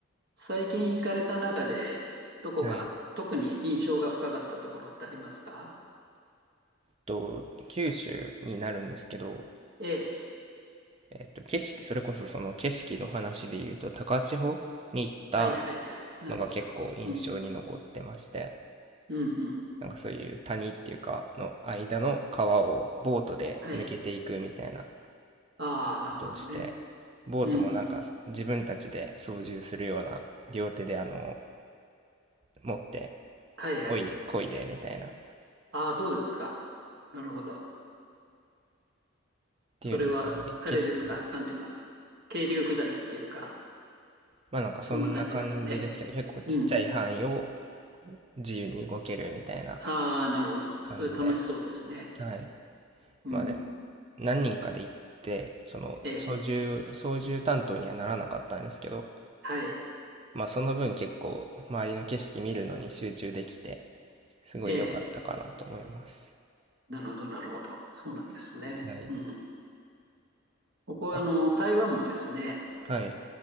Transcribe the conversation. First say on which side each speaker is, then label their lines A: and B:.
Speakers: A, on the right (about 55°); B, on the right (about 30°).
A: 最近行かれた中で、どこが特に印象が深かったところってありますか
B: はい。と、九州になるんですけど、
A: ええ。
B: えっと、景色、それこそその景色の話で言うと、高千穂に行った
A: はいはいはい。なるほど。
B: のが結構印象に残ってまして、
A: うんうんうん。
B: なんかそういう谷っていうか、の間の川をボートで抜けていくみたいなこ
A: はい。ああ、なるほどね。
B: とをして、ボートもなんか自分たちで操縦するような、
A: うんうん。
B: 両手であの、持って、
A: はいはい。
B: おい、こいでみたいな、っ
A: ああ、そうですか。なるほど。それは、
B: ていうのすごい景色も
A: あれですか。なんていうかな。渓流下りっていうか、
B: まあなんかそんな感じですけど、
A: そんな感じですかね。
B: 結構ちっちゃい範囲を
A: うん。
B: 自由に動けるみたいな
A: ああ、なるほど。
B: 感じで。
A: それ楽しそうですね。
B: はい。
A: うん。
B: まあでも、何人かで行って、その操縦、
A: ええ。
B: 操縦担当にはならなかったんですけど、
A: はい。
B: まあその分結構周りの景色見るのに集中できて、すごい良かったかなと思います。
A: ええ。なるほど、なるほど。そうなんですね。
B: はい。
A: うん。ここは、
B: あ、
A: あの、台湾もですね、
B: はい。